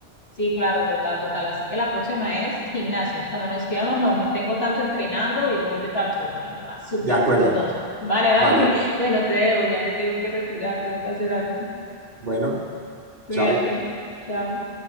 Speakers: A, on the left; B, on the right.
A: Sí, claro, total, total. Así que la próxima es gimnasio. Cuando nos escribamos, no, tengo tanto entrenando y voy de tal forma. Y yo, ah, súper,
B: De acuerdo.
A: los dos. Vale, vale.
B: Vale.
A: <laughs> Bueno, te debo, ya me tengo que retirar, tengo que hacer algo.
B: Bueno,
A: Cuídate.
B: chao.
A: Chao.